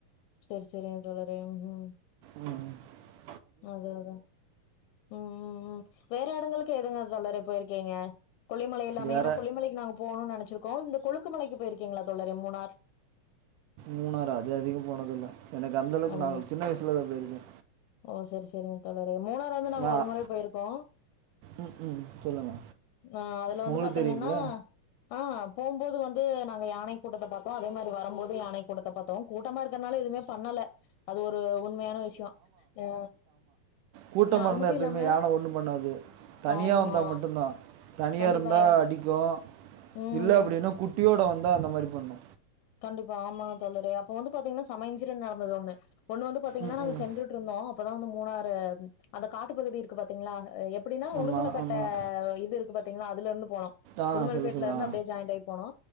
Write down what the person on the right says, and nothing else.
ம் ம்
வேற
மூணாறா அது அதிகம் போனது இல்ல எனக்கு அந்த அளவுக்கு
நான் சின்ன வயசுலதா போயிருக்கே
நான்
ம் ம் சொல்லுங்க
ஒங்களுக்கு
தெரியும்ல
கூட்டமா
இருந்தா
எப்பயுமே
யான ஒண்ணு பண்ணாது தனியா
வந்தா மட்டுந்தா தனியா
இருந்தா
அடிக்கு
இல்ல அப்டினா குட்டியோட வந்தா அந்த மாரி பண்ணு
ம்
ம்
ஆமாம்
ஆமாம்
ஆ
சொல்லு
சொல்லு
ஆ